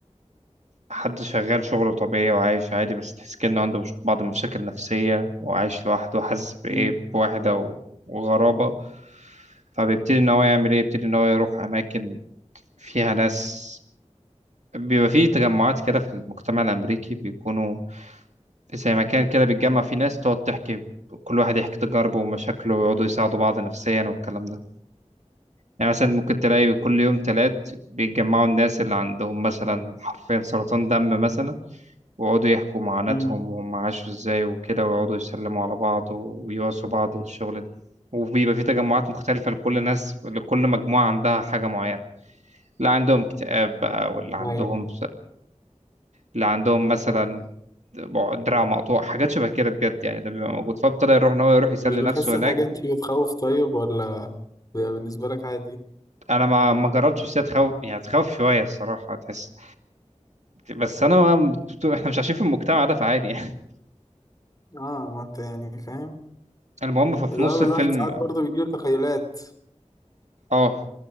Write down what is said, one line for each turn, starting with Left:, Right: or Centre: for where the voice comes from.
Right: حد شغال شغله طبيعي وعايش عادي بس تحس كأنه عنده مش- بعض المشاكل النفسية وعايش لوحده وحاسس بإيه
Left: مم.
Right: بوحدة و- وغرابة فبيبتدي إن هو يعمل إيه يبتدي إن هو يروح أماكن فيها ناس بيبقى فيه تجمعات كده في المجتمع الأمريكي بيكونوا زي مكان كده بيتجمع فيه ناس تقعد تحكي كل واحد يحكي تجاربه ومشاكله ويقعدوا يساعدوا بعض نفسيا والكلام ده يعني مثلا ممكن تلاقي كل يوم تلات بيتجمعوا الناس اللي عندهم مثلا حرفيا سرطان دم مثلا ويقعدوا يحكوا معاناتهم
Left: مم.
Right: وهم عاشوا ازاي وكده ويقعدوا يسلموا على بعض ويواسوا بعض والشغل ده وبيبقى في تجمعات مختلفة لكل ناس لكل مجموعة عندها حاجة معينة اللي عندهم اكتئاب بقى واللي عندهم
Left: أيوة
Right: اللي عندهم مثلا دراع مقطوع حاجات شبه كده بجد يعني ده بيبقى موجود فابتدى يروح ان هو يروح يسلي
Left: مش بتحس
Right: نفسه
Left: الحاجات
Right: هناك
Left: دي بتخوف طيب ولا بيبقى بالنسبة لك عادي؟
Right: انا ما ما جربتش بس هي تخوف يعني هتخوف شويه الصراحه تحس بس انا ما بت- احنا مش عايشين في المجتمع ده فعادي يعني
Left: اه ما انت يعني فاهم
Right: <laughs> المهم ففي
Left: اللي
Right: نص
Left: هو
Right: الفيلم
Left: الواحد ساعات برضه بيجيله تخيلات
Right: اه